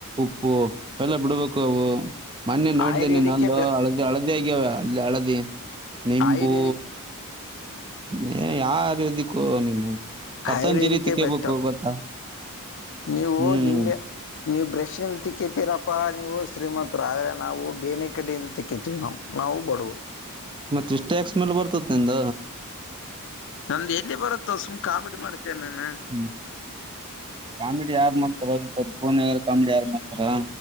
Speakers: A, on the right; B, on the left.
A: ಉಪ್ಪು ಎಲ್ಲ ಬಿಡ್ಬೇಕು ಅವು ಮೊನ್ನೆ ನೋಡಿದೆ
B: ಆಯುರ್ವೇದಿಕ್ಕೆ
A: ನಿನ್ನಲ್ಲ
B: ಬೆ
A: ಹಳದಿ ಹಳದಿ ಆಗ್ಯಾವ ಅಲ್ಲಿ ಹಳದಿ ನಿಂಬು
B: ಆಯುರ್ವೇದಿಕ್
A: ಯಾವ ಆವೇದಿಕ್ಕೂ ನೀನು ಪತಂಜಲಿ
B: ಆಯುರ್ವೇದಿಕೇ
A: ತಿಕ್ಕೇಬೇಕು
B: ಬೆಸ್ಟ್ ಅಬ್ಬ
A: ಗೊತ್ತಾ
B: ನೀವು
A: ಹ್ಮ್
B: ನಿಮೆ ನೀವು್ ಬ್ರಶ್ ಇಿಂದ ತಿಕ್ಕತ್ತೀರಪ್ಪಾ ನೀವು ಶ್ರೀಮಂತ್ರು ಆದ್ರೆ ನಾವು ಬೇನೆ ಕಡೆಯಿಂದ ತಿಕ್ಕತಿ ನಾವು ಬಡವರು
A: ಮತ್ತೆಷ್ಟ ಟ್ಯಾಕ್ಸ್ ಮೇಲೆ ಬರ್ತದ ನಿಂದ
B: ನಂದು ಎಲ್ಲಿ ಬರುತ್ತ ಸುಮ್ ಕಾಮಿಡಿ ಮಾಡ್ತೇನೆ ನಾನು
A: ಹ್ಮ್ ಕಾಮಿಡಿ ಯಾರು ಮಾಡ್ತಾರ ಫೋನ್ಗ ಕಾಮಿಡಿ ಯಾರು ಮಾಡ್ತಾರ